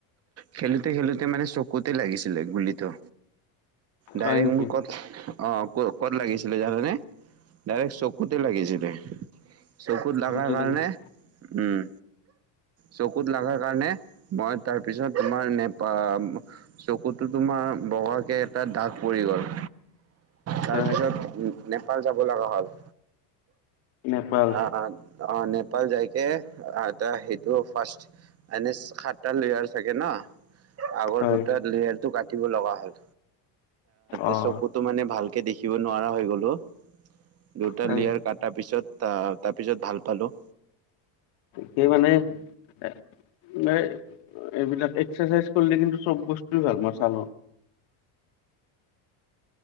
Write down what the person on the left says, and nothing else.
হয়
নেকি?
যে
লাগিছে,
হয়,
নেপাল,
হয়,
অ',
হয়,
সেই মানে এ এইবিলাক এক্সাৰচাইজ কৰিলে কিন্তু চব বস্তু ভাল মই চালো